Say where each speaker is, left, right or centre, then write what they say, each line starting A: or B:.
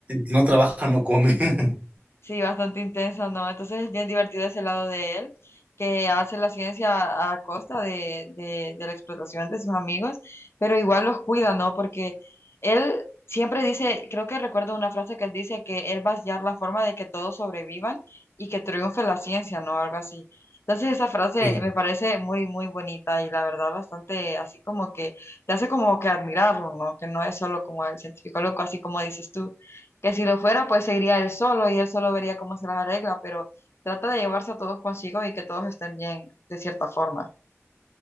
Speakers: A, on the right; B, on the left.
A: no trabaja no come. <laughs>
B: Sí, bastante intenso, ¿no? Entonces es bien divertido ese lado de él, que hace la ciencia a, a costa de, de- de la explotación de sus amigos, pero igual los cuida, ¿no? Porque él siempre dice, creo que recuerdo una frase que él dice que él va a hallar la forma de que todos sobrevivan y que triunfe la ciencia, ¿no? Algo así. Entonces esa frase
A: Sí,
B: me parece muy, muy bonita y la verdad bastante así como que te hace como que admirarlo, ¿no? Que no es solo como el científico loco, así como dices tú que si lo fuera, pues seguiría él solo y él solo vería cómo se las arregla, pero trata de llevarse a todos consigo y que todos estén bien, de cierta forma.